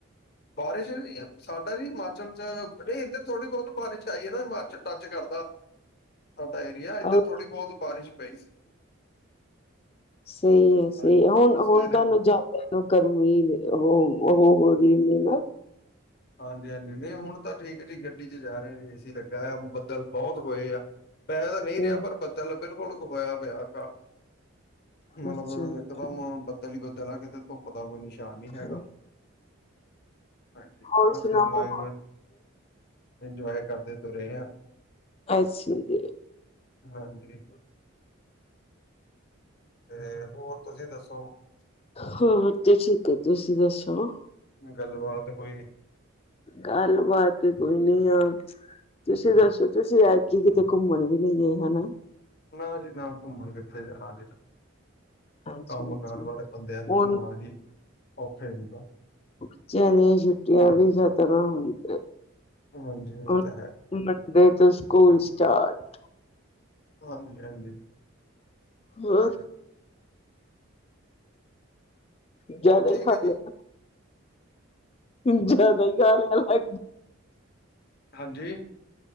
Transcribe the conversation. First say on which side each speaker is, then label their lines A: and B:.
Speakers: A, on the left (about 50°); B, on the left (about 30°).
A: ਬਾਰਿਸ਼ ਸਾਡਾ ਜੀ ਹਿਮਾਚਲ ਚ ਨਹੀਂ ਇੱਧਰ ਥੋੜੀ ਬਹੁਤ ਬਾਰਿਸ਼ ਆਈ ਹੈ ਨਾ ਹਿਮਾਚਲ ਟੱਚ ਕਰਦਾ। ਸਾਡਾ ਏਰੀਆ ਇੱਧਰ
B: ਓਕੇ।
A: ਥੋੜ੍ਹੀ ਬਹੁਤ ਬਾਰਿਸ਼ ਪਈ ਸੀ।
B: ਸਹੀ ਹੈ, ਸਹੀ
A: ਹਾਂ
B: ਹੈ, ਹੁਣ
A: ਸਵੇਰੇ
B: ਹੁਣ ਤੁਹਾਨੂੰ
A: ਬ
B: ਜੋਬ। ਫਿਰ ਲੋਕਾਂ ਨੂੰ ਇਹ ਉਹ ਹੋ ਰਹੀ ਨਾ।
A: ਹਾਂਜੀ ਹਾਂਜੀ ਨਹੀਂ ਹੁਣ ਤਾਂ ਠੀਕ ਹੈ ਜੀ ਗੱਡੀ ਚ ਜਾ ਰਹੇ ਏ ਸੀ ਲੱਗਾ ਬੱਦਲ। ਬਹੁਤ ਹੋਏ ਆ। ਪੈ ਤਾਂ ਨਹੀਂ
B: ਹੂੰ,
A: ਰਿਹਾ ਪਰ ਬੱਦਲ ਬਿਲਕੁਲ ਹੋਇਆ ਪਿਆ ਕ। ਮਤਲਬ
B: ਅੱਛਾ, ਅੱਛਾ।
A: ਇਕ ਦਮ ਬੱਦਲ ਈ ਬੱਦਲ ਆ ਕਿਤੇ ਧੁੱਪ ਦਾ ਕੋਈ ਨਿਸ਼। ਨਿਸ਼ਾਨ ਨਹੀਂ ਹੈਗਾ
B: ਹਾਂਜੀ
A: ਹਾਂਜੀ।
B: ਹੋਰ ਸੁਣਾਓ?
A: ਇੰਜੋਏ ਇੰਜੋਏ ਕਰਦੇ ਤਰੇ ਹਾਂ।
B: ਅੱਛਾ ਜੀ।
A: ਹਾਂਜੀ। ਤੇ ਹੋਰ ਤੁਸੀਂ ਦੱਸੋ?
B: ਹੋਰ ਤੇ ਠੀਕ ਹੈ ਤੁਸੀਂ ਦੱਸੋ?
A: ਗੱਲਬਾਤ ਕੋਈ?
B: ਗੱਲ ਬਾਾਤ ਕੋਈ ਨੀ ਆ। ਤੁਸੀਂ ਦੱਸੋ ਤੁਸੀਂ ਐਤਕੀ ਕਿਤੇ ਘੁੰਮਣ ਵੀ ਨਹੀਂ ਗਏ ਹਨਾ।
A: ਨਾ ਜੀ ਨਾ ਘੁੰਮਣ ਕਿੱਥੇ ਜਾਣਾ ਜੀ।
B: ਅੱਛਾ,
A: ਕੰਮ
B: ਅੱਛਾ।
A: ਕਾਰ ਵਾਲੇ ਬੰਦਿਆਂ ਲਈ
B: ਹੁਣ
A: ਘੁੰਮਣਾ ਵੀ ਔਖਾ ਹੁੰਦਾ।
B: ਬੱਚਿਆਂ ਦੀਆਂ ਛੁੱਟੀਆਂ ਵੀ ਖਤਮ ਹੋਈ ਗਈਆ।
A: ਹਾਂਜੀ ਇਹ
B: ਹੁਣ ਤਾਂ
A: ਹੈ,
B: ਉਹਨਾਂ ਦੇ ਦੇ ਤਾਂ ਸਕੂਲ ਸਟਾਰਟ।
A: ਹਾਂਜੀ ਹਾਂਜੀ।
B: ਹੋਰ ਜਿਆਦਾ
A: ਹੋਰ ਠੀਕ
B: ਹੀ ਖਾ
A: ਹੈ ਜੀ?
B: ਲਿਆ। ਇਦਾਂ ਹੀ ਕਹਿ ਲੈਨੇ ਆ।
A: ਹਾਂਜੀ,